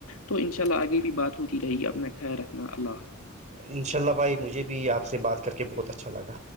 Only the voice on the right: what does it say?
ان شاء اللہ بھائی مجھے بھی آپ سے بات کر کے بہت اچھا لگا